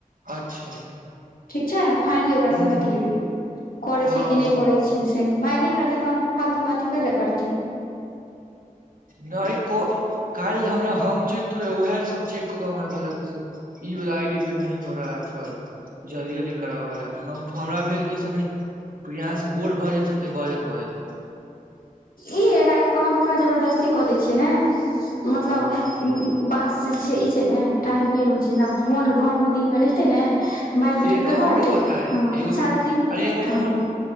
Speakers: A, on the right; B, on the left.
A: अच्छा
B: ठीक छै फाइनली ओकारा
A: हूँ
B: सँ बतेयेबी करै
A: हँ
B: छै
A: हँ
B: कि नहि करै छै भाइ नय करते तहन फर फालतू मे अथी कै ले करते
A: नहि को काल्हि हमरा हम चेक थोड़े उएह सब चेक कऽ के हमरा कहलक से ई वला आई डी पे नही हो रहा ह सर जल्दी जल्दी करबाबै ल हमरा भेल की से कहीँ पियास से बोर भऽ जाइत हेतै बजैत बहैत
B: ई रात कऽ हम ओकरा जबरदस्ती कऽ दै छियै ने मतलब
A: हँ
B: बास जे छै ई छै ने टाइम नहि रहै छै जेना फोन घरमे दिनमे रहितै ने मारि
A: से
B: पीट कऽ
A: तऽ
B: करबा
A: हमरो
B: देतै
A: पता है
B: हँ
A: एगो फो
B: साढ़े
A: फोन
B: तीन
A: अरे एगो
B: हँ
A: फोन